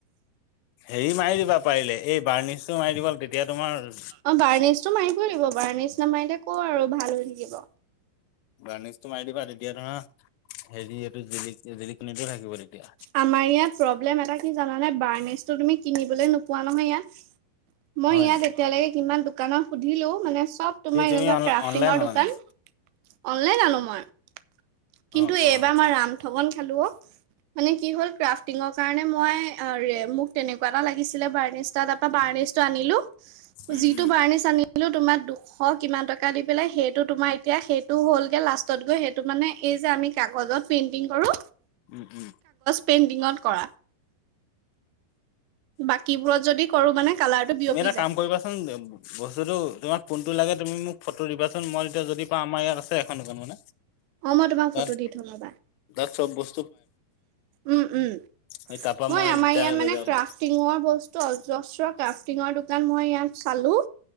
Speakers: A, on the left; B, on the right.
A: হেৰি মাৰি দিবা পাৰিলে এই বাৰ্ণিছটো মাৰি দিবা তেতিয়া তোমাৰ
B: অ', বাৰ্ণিছটো মাৰিম। কৰিব। বাৰ্ণিছ নামাৰিলে কৰ আৰু ভাল হৈ থাকিব।
A: বাৰ্ণিছটো মাৰি দিবা। তেতিয়া তোমাৰ হেৰি, এইটো জিলিকি যে জিলিকনিটো জিলিক থাকিব তেতিয়া
B: আমাৰ ইয়াত প্ৰব্লেম এটা কি জানানে, বাৰ্ণিছটো তুমি কিনিবলৈ নোপোৱা নহয় ইয়াত। মই
A: হয়
B: ইয়াত
A: নি?
B: এতিয়ালৈকে কিমান দো কানত সুধিলোঁ মানে, চব তোমাৰ
A: তে তুমি
B: এনেকুৱা
A: অন
B: ক্ৰাফটিঙৰ
A: অনলাইন অনা
B: দোকান
A: নেকি?
B: অনলাইন আনোঁ মই। কিন্তু
A: অ',
B: এইবাৰ
A: অ'।
B: মই ৰাম ঠগন খালো অ। মানে কি হ'ল, ক্ৰাফটিঙৰ কাৰণে মই, মোক তেনেকুৱা এটা লাগিছিলে, বাৰ্ণিছ এটা, তাৰপৰা বাৰ্ণ ৰ্ণিছটো আনিলে,
A: উম,
B: যিটো
A: উম।
B: বাৰ্ণিছ আনিলে তোমাৰ দুশ কিমান টকা দি পেলাই, সেইটো তোমাৰ এতিয়া সেইটো হ'লগে, লাষ্টত গৈ সেইটো মানে এইযে আমি কাগজত পেইন্টিং কৰো।
A: উম উম।
B: পেইণ্টিঙত কৰা। বাকীবোৰত যদি কৰো মানে কালাৰটো বিয়পি
A: তুমি এটা
B: যায়
A: কাম কৰিবাচোন, বস্তুটো তোমাক কোনটো লাগে তুমি মোক ফটো দিবাচোন, মই এতিয়া যদি পাওঁ আমাৰ ইয়াত আছে এখন দোকান মানে,
B: অ মই তোমাক
A: তাত,
B: ফটো দি থম ৰ'বা
A: তাত চব বচ
B: উম উম।
A: সেই তাৰপা
B: মই আমাৰ
A: তেতিয়া
B: ইয়াত
A: লৈ
B: মানে
A: যাব
B: ক্ৰাফ্টিঙৰ
A: পাৰিম।
B: বস্তু অজস্ৰ ক্ৰাফ্টিঙৰ দো কান মই ইয়াত চালোঁ,